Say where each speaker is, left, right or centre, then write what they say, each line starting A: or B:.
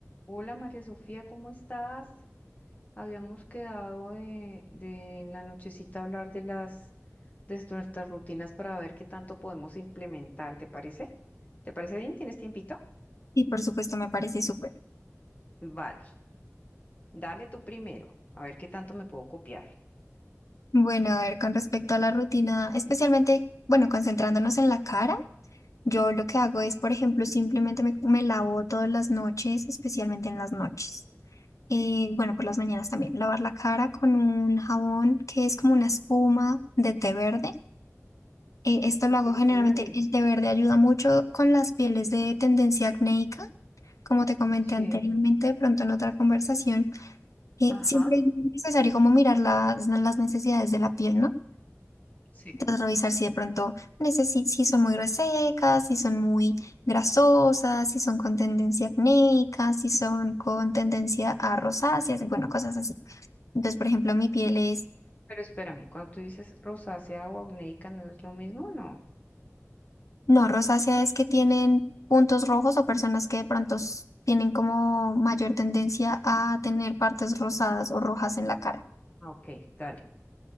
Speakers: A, on the left (about 30°); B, on the left (about 80°).
A: Hola María Sofía, ¿cómo estás? Habíamos quedado de, de en la nochecita hablar de las de nuestras rutinas para ver qué tanto podemos implementar, ¿te parece? ¿Te parece bien? ¿Tienes tiempito?
B: y por supuesto, me parece súper.
A: Vale, dale tú primero, a ver qué tanto me puedo copiar.
B: Bueno, a ver, con respecto a la rutina, especialmente, bueno, concentrándonos en la cara, yo lo que hago es, por ejemplo, simplemente me, me lavo todas las noches, especialmente en las noches. Y bueno, por las mañanas también, lavar la cara con un jabón que es como una espuma de té verde. Eh, esto
A: Ay,
B: lo hago
A: qué
B: generalmente,
A: chévere.
B: el té verde ayuda mucho con las pieles de tendencia acnéica, como te comenté
A: Sí.
B: anteriormente, de pronto en otra conversación. que
A: Ajá,
B: siempre es necesario como mirar las, las necesidades de la piel, ¿no?
A: sí.
B: Entonces revisar si de pronto necesi- si son muy resecas, si son muy grasosas, si son con tendencia acnéica, si son con tendencia a rosáceas, y bueno, cosas así. Entonces, por ejemplo, mi piel es,
A: Pero espérame, cuando tú dices rosácea o acnéica, ¿no es lo mismo? No.
B: no, rosácea es que tienen puntos rojos o personas que de pronto s- tienen como mayor tendencia a tener partes rosadas o rojas en la cara.
A: Ah, ok, dale.